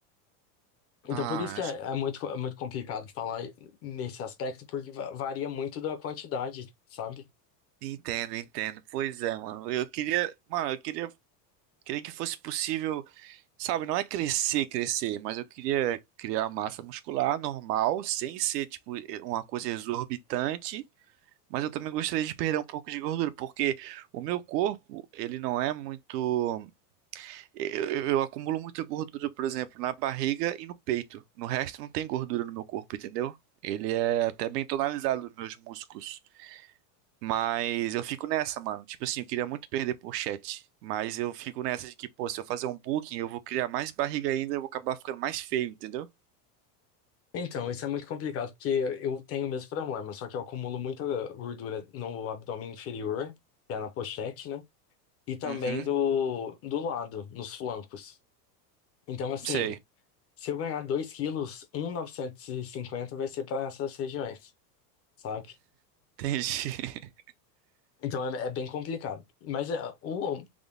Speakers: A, on the left; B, on the right.
A: Então,
B: Ah,
A: por isso que
B: acho
A: é, é muito, é muito complicado falar nesse aspecto, porque va- varia muito da quantidade, sabe?
B: que entendo, entendo. Pois é, mano. Eu queria, mano, eu queria, queria que fosse possível, sabe, não é crescer, crescer, mas eu queria criar massa muscular normal, sem ser tipo e- uma coisa exorbitante, mas eu também gostaria de perder um pouco de gordura, porque o meu corpo, ele não é muito Eu, eu- eu acumulo muita gordura, por exemplo, na barriga e no peito. No resto não tem gordura no meu corpo, entendeu? Ele é até bem tonalizado nos meus músculos. Mas eu fico nessa, mano. Tipo assim, eu queria muito perder pochete. Mas eu fico nessa de que, pô, se eu fazer um booking, eu vou criar mais barriga ainda, eu vou acabar ficando mais feio, entendeu?
A: Então, isso é muito complicado, porque eu tenho o mesmo problema, só que eu acumulo muita gordura no abdômen inferior, que é na pochete, né? E também
B: Uhum,
A: do, do lado, nos flancos. Então, assim,
B: sei.
A: se eu ganhar 2 quilos, um vírgula novecentos e cinquenta vai ser para essas regiões, sabe?
B: Entendi. <laughs>
A: Então é, é bem complicado. Mas é, o,